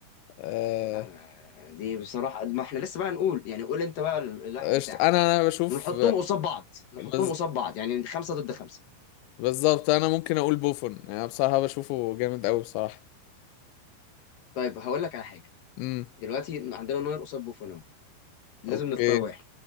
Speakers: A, on the left (about 75°); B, on the left (about 55°).
A: آه...
B: لا ما- دي بصراحة ما احنا لسه بقى نقول يعني قول انت بقى ال- الواحد
A: قشطة.
B: بتاعك
A: انا انا بشوف
B: ونحطهم قصاد بعض نحطهم
A: بز...
B: قصاد بعض يعني خمسة ضد خمسة
A: بالظبط انا ممكن اقول بوفون يعني بصراحة بشوفه جامد قوي بصراحة
B: طيب هقول لك على حاجة
A: امم
B: دلوقتي عندنا نوير قصاد بوفون اهو. لازم
A: اوكي
B: نختار واحد